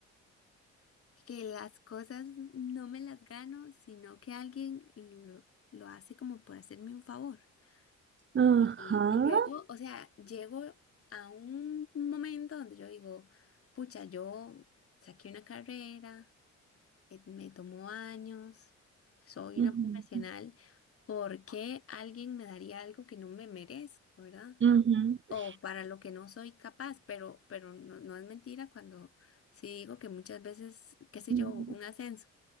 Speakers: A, on the left (about 50°); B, on the right (about 40°).
A: que las cosas no me las gano, sino que alguien lo, lo hace como por hacerme un favor.
B: ajá,
A: Y, y luego, o sea, llego a un momento donde yo digo, pucha, yo saqué una carrera. eh, Me tomó años, soy
B: ujú,
A: una profesional. ¿Por qué alguien me daría algo que no me merezco, verdad?
B: ujú,
A: O para lo que no soy capaz, pero, pero no, no es mentira cuando sí digo que muchas veces, qué sé
B: ujú,
A: yo, un ascenso